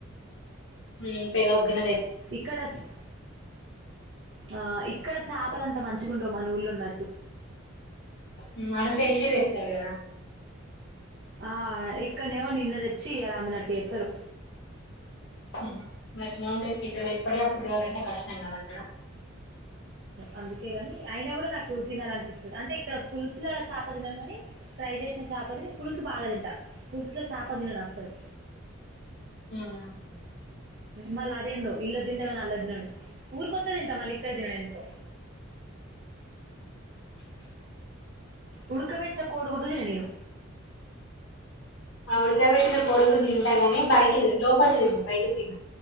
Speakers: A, on the left; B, on the right.
A: ఉమ్ పెవప్ గిన్న
B: ఇక్కడ చి ఆ ఇ ఇక్కడ చాపలంత మంచిగ ఉండవ్ మన ఊళ్ల ఉన్నట్టు
A: ఉమ్, ఆడ ఫ్రెష్ తెస్తారు కదా
B: ఆ ఇక్కనేమో నిన్న తెచ్చి ఇయాల అమ్మినట్టు చేత్తరు
A: ఉ గట్లనే ఉన్టయ్ సిటీ లా ఏపడియ్ అప్పుడు తెలవాలంటే కష్టంగా అక్కడ
B: అందుకేగని అయిన గుడ నాక్ తినాలనిపిసస్తది అంటే ఇక్కడ పుల్సుల చాప తినను కానీ ఫ్రై చేసిన చాపని పులుసు బాగా తింట పులుసులొ చాప తినను అసలు
A: ఉమ్
B: మళ్ళ అదేందో ఇళ్ళద్ తింటాగా అల్లద్ దినను ఊర్ కొత్తే తింటా మళ్ళ ఇక్కడ దినను ఎందుకో బ్లాంక్ ఉడుక పెట్న కోడిగుడ్డు తిన నేను
A: ఆ ఉడకా పెట్టిన కోడిగుడ్డు తింట గాని బయటిది లోపడిది తిన బయటిదింట తింటా